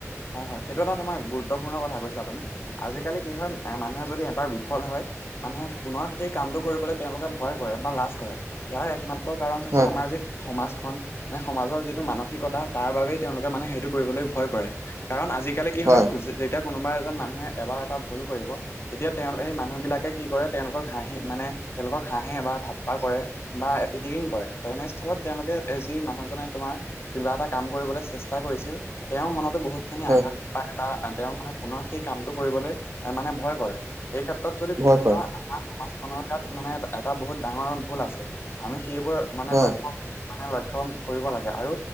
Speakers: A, on the left; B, on the right.
A: হয়, হয়, সেইটো এটা তোমাৰ গুৰুত্বপূৰ্ণ কথা কৈছা তুমি। আজিকালি কি হয়, এ মানুহে যদি এবাৰ বিফল হয় মানুহে পুনৰ সেই কামটো কৰিবলৈ তেওঁলোকে ভয় কৰে, বা লাজ কৰে। ইয়াৰ একমা ত, কাৰণ হৈছে,
B: হয়
A: আমাৰ যি সমাজখন, মানে সমাজৰ যিটো মানসিকতা, তাৰ বাবেই তেওঁলোকে মানে সেইটো কৰিবলৈ, ভয় কৰে। কাৰণ, আজিকালি কি
B: হয়
A: হয, ক, যে যেতিয়া কোনোবা এজন মানুহে এবাৰ এটা ভুল কৰিব তেতিয়া তেওঁ, সেই মানুহবিলাকে কি কৰে, তেওঁলোকক হাঁহি, মানে তেওঁলোকক হাঁহে বা ঠাট্টা কৰে বা ইটিংকিং কৰে। ত, এনেস্থলত তেওঁলোকে এ, যি মানুহজনে তোমাৰ কিবা এটা কাম কৰিবলৈ চেষ্টা কৰিছিল, তেওঁৰ মনত বহুত খিনি
B: হয়
A: আঘাত পায়, বা আ, তেওঁ মানে পুনৰ সেই কামটো কৰিবলৈ মানে ভয় কৰে। সেইক্ষেত্ৰত তাত যদি ক'বলৈ
B: ভয় কৰে
A: যাওঁ, আমাৰ সমাজখনৰ গাত মানে এটা এটা বহুত ডাঙৰ ভুল আছে। আমি সেইবোৰ মানে
B: হয়
A: লক্ষ্য, মানে লক্ষ্যন কৰিব লাগে আৰু